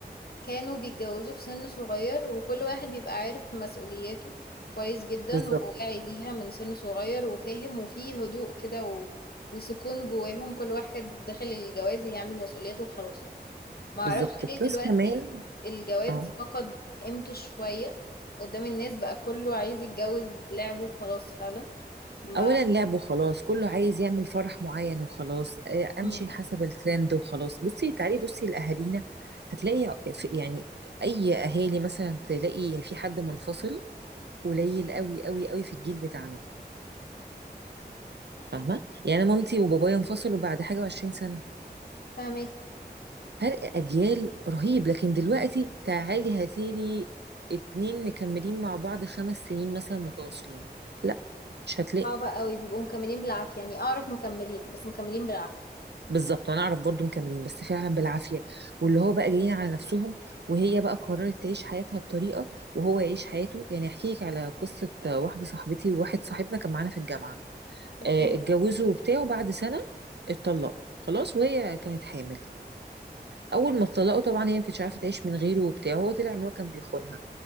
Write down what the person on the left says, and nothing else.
كانوا بيتجوزوا في سن صغير وكل واحد بيبقى عارف مسؤولياته كويس جدا
وواعي ليها من سن صغير وفاهم وفيه هدوء كده و... وسكون جواهم كل واحد داخل الجواز هيعمل مسؤولياته وخلاص ما اعرفش
ليه دلوقتي
الجواز
فقد قيمته شوية قدام الناس بقى كله عايز يتجوز لعبه وخلاص فعلا ما
مم.
فاهمك
صعبة قوي بيبقوا مكملين بالعافية يعني أعرف مكملين بس مكملين بالعافية
أوكي